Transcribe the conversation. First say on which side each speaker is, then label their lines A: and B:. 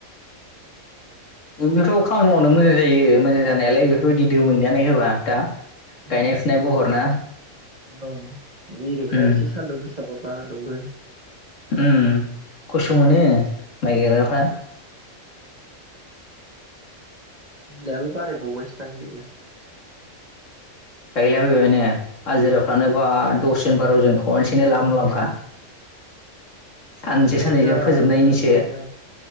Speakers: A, on the left (about 65°); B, on the right (about 35°).
A: दुल्बिआवथ खामानि मावनो मोजां जायो। मोजां जानायालाय बेफोरबायदि दोमैनानै होबा दा।
B: <unintelligible>
A: गायनाय
B: औ
A: फुनाय बहरना
B: माइ गायनो औ एरिबोना
A: उम
B: एसे सान्दुं गोसाबा । बा दुङो।
A: उम खस्थ मोनो। माइ गायग्राफ्रा।
B: खामलायाबो बारायबावबायसो। नोंथां देग्लाय।
A: गायला बायबाय ने। हाजिराफ्रानो बा दसजन बारजन खनसेनो लाम लामखा सानसे
B: सासेयावनो
A: साननैजों
B: जा
A: फोजोबनायनिसो
B: बुरजा बुरजा लायोना